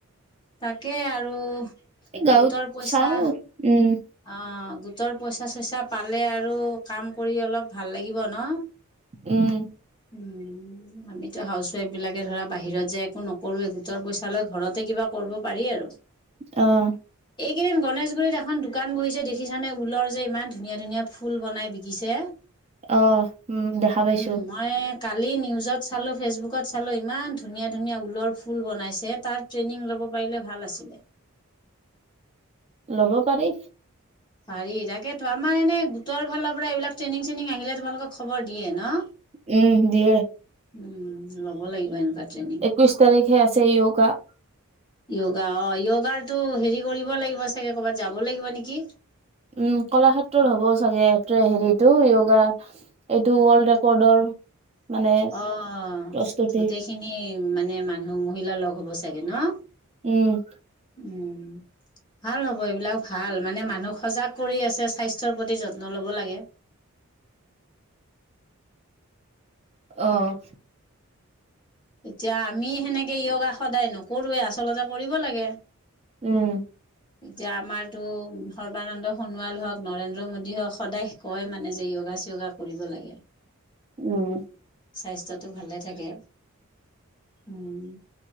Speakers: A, on the left; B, on the right.
A: তাকে আৰু
B: এই গাঁৱত
A: গোটৰ পইচা
B: চাও উম।
A: অ' গোটৰ পইচা-চইচা পালে আৰু কাম কৰি অলপ ভাল লাগিব ন?
B: উম।
A: উম। আমিতো হাউচ ৱাইফ বিলাকে ধৰা বাহিৰত যায় একো নকৰোৱে গোটৰ পইচা লৈ ঘৰতে কিবা কৰিব পাৰি আৰু।
B: অ'।
A: এইকেইদিন গণেশগুৰিত এখন দোকান বহিছে দেখিছানে? ঊলৰ যে ইমান ধুনীয়া ধুনীয়া ফুল বনাই বিকিছে।
B: অ' দেখা
A: উম
B: পাইছো।
A: মই কালি নিউজত চালোঁ, ফেচবুকত চালোঁ, ইমান ধুনীয়া ধুনীয়া ঊলৰ ফুল বনাইছে তাত। ট্ৰেইনিং ল'ব পাৰিলে ভাল আছিল।
B: ল'ব পাৰি।
A: পাৰি তাকেতো আমাৰ এনে গোটৰ ফালৰ পৰা এইবাক ট্ৰেইনিং-চ্ৰেইনিং আহিলে তোমালোকক খবৰ দিয়ে ন,
B: উম দিয়ে
A: উ ল'ব লাগিব এ <unintelligible>
B: বিশ তাৰিখে আছে য়গা।
A: য়োগা অ' য়োগাৰটো হেৰি কৰিব লাগিব চাগে। ক'বাত যাব লাগিব নেকি?
B: উম কলা ক্ষেত্ৰত হ'ব চাগে হেৰিটো য়োগা। এইটো ৱৰ্ল্ড ৰেকৰ্ডৰ। মানে
A: অঁ
B: প্ৰস্তুতি
A: গোটেইখিনি এই মানে মানুহ মহিলাৰ লগ হ'ব চাগে ন?
B: উম,
A: উম, ভাল হ'ব এইবিলাক ভাল মানে মানুহ সজাগ কৰি আছে স্বাস্থ্যৰ প্ৰতি যত্ন ল'ব লাগে।
B: অ',
A: এতিয়া আমি সেনেকে য়োগা সদায় নকৰোৱেই আচলতে কৰিব লাগে।
B: উম
A: এতিয়া আমাৰতো সৰ্বানন্দ সোণোৱাল হওক, নৰেন্দ্ৰ মোডী হওক সদায় কয় মানে যে য়োগা চোগা কৰিব লাগে।
B: উম
A: স্বাস্থ্যটো ভালে থাকে। উম,